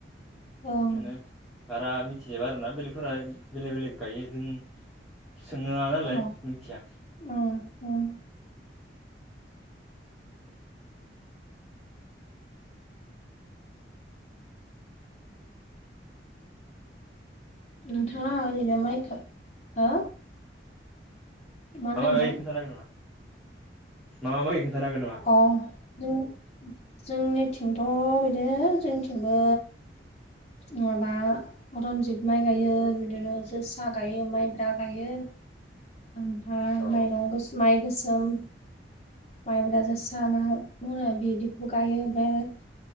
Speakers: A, on the left; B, in the centre.
A: ओं
B: माने बारा मिथिजोबा आरोना बेलेगफोरा बेलेग बेलेग गायो जों सोङो ना नालाय
A: अ
B: मिथिया
A: उम उम नोंथाङा ओरैनो माइखो हो होनदों
B: मा मा गायो
A: नोंथां
B: खोन्थानो हागोन नामा मा मा माय खोन्थानो हागोन नामा
A: अ जों जोंनिथिंथ' बिदिनो जोंनिथिंबो नुवाबा रनजित माइ गायो बिदिनो जोसा गायो माइब्रा गायो। ओमफाय
B: औ
A: माइरं गोस माइ गोसोम माइब्रा जोसा माहा मोना बिदिखौ गायो ओमफाय आरो